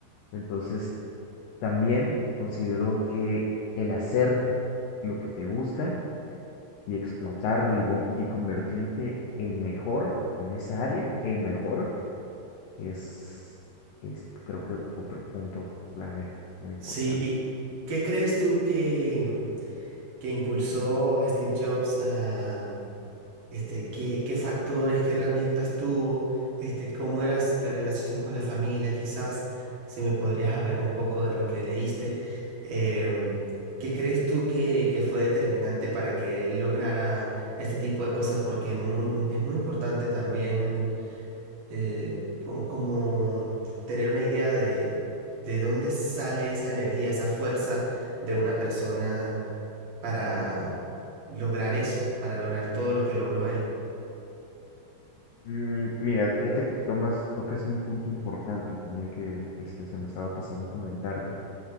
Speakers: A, on the left; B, on the right.
A: Entonces, también consideró que el hacer lo que te gusta, y explotarlo y, bom- y convertirte el mejor en esa área, el mejor, es, es creo que otro punto clave muy importante.
B: sí. ¿Y qué crees tú que, que impulsó a Steve Jobs a, este, qué, qué factores, qué herramientas tuvo, este, cómo era la relación con la familia, quizás si me podrías hablar un poco de lo que leíste. Em, ¿qué crees tú que, que fue determinante para que él lograra este tipo de cosas? Porque muy- es muy importante también eh, com- como tener una idea de, de dónde sale esa energía, esa fuerza de una persona para lograr eso, para lograr todo lo que logró él.
A: Mm, Mira, fíjate que tomas, tocas un punto importante tiene que este, se me estaba pasando a comentarte.